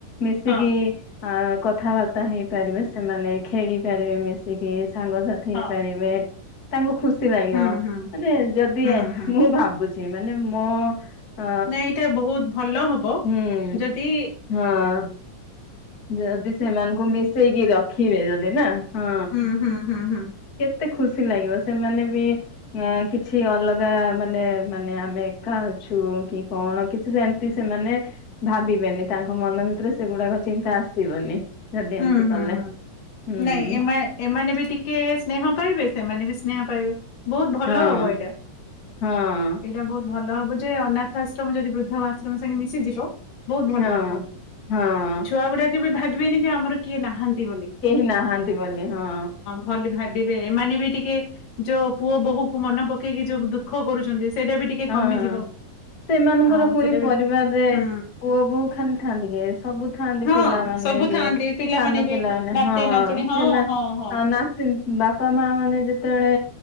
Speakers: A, on the left; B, on the left.
A: ମିଶିକି
B: ହଁ
A: କଥାବାର୍ତ୍ତା ହେଇପାରିବେ, ସେମାନେ ଖେଳି ପାରିବେ ମିଶିକି ସାଙ୍ଗସାଥି
B: ହଁ
A: ହେଇପାରିବେ ତାଙ୍କୁ ଖୁସି ଲାଗିବ
B: ହୁଁ ହୁଁ
A: ମାନେ ଯଦି
B: ହୁଁ ହୁଁ
A: ମୁଁ ଭାବୁଛି। ଏମାନେ ମୋ ଅ
B: ନାଇ ଏଇଟା ବହୁତ ଭଲ ହବ,
A: ହୁଁ
B: ଯଦିି
A: ହଁ ଯଦି ସେମାନଙ୍କୁ ମିଶେଇକି ରଖିବେ ଯଦି ନା ହଁ।
B: ହୁଁ ହୁଁ ହୁଁ ହୁଁ।
A: କେତେ ଖୁସି ଲାଗିବ ସେମାନେ ବି କିଛି ଅଲଗା ମାନେ ମାନେ ଆମେ କା ଝୁ କି କଣ କିଛି ଜାଣ ସେମାନେ ଭାବିବେନି ତାଙ୍କ ମନ ଭିତରେ ସେଗୁଡାକ ଚିନ୍ତା ଆସିବନି। ଯଦି ଏମିତି
B: ହୁଁ ହୁଁ
A: କଲେ।
B: ହୁଁ
A: ହୁଁ
B: ନାଇଁ ଏମ ଏମାନେ ବି ଟିକେ ସ୍ନେହ ପାଇବେ ସେମାନେ ବି ସ୍ନେହ ପାଇବେ ବହୁତ ଭଲ
A: ହଁ
B: ହବ ଏଇଟା
A: ହଁ
B: ଏଇଟା ବହୁତ ଭଲ ହବ ଯେ ଅନାଥ ଆଶ୍ରମ ଯଦି ବୃଦ୍ଧ ଆଶ୍ରମ ସାଙ୍ଗେ ମିଶିଯିବ। ବହୁତ ଭଲ
A: ହଁ
B: ହବ
A: ହଁ
B: ଛୁଆ ଗୁଡା କେବେ ଭାବିବେନି ଯେ ଆମର କିଏ ନାହାନ୍ତି ବୋଲି।
A: କେହି ନାହାନ୍ତି ବୋଲି ହଁ।
B: ଭ ଭାବିବେ ଏମାନେ ବି ଟିକେ ଯୋଉ ପୁଅ ବୋହୂକୁ ମନେ ପକେଇକି ଯୋଉ ଦୁଃଖ କରୁଛନ୍ତି ସେଇଟା ବି ଟିକେ
A: ହଁ।
B: କମିଯିବ।
A: ସେମାନଙ୍କର
B: ଆ
A: ପୁଣି
B: ସେଇଟା
A: ପରିବାରରେ
B: ବି ହୁଁ
A: ପୁଅ ବୋହ ଖାଲି ଥାନ୍ତି କି ସବୁ ଥାନ୍ତି
B: ହଁ
A: ପିଲାମାନେ
B: ସବୁ
A: ଯଉ
B: ଥାଆନ୍ତି ପିଲାମାନେ
A: ସାନ
B: ବି
A: ପିଲାମାନେ
B: ନାତି
A: ହଁ
B: ନାତୁଣୀ ହଁ
A: ସେମାନେ
B: ହଁ ହଁ
A: ନା ବାପା ମା ମାନେ ଯେତେବେଳେ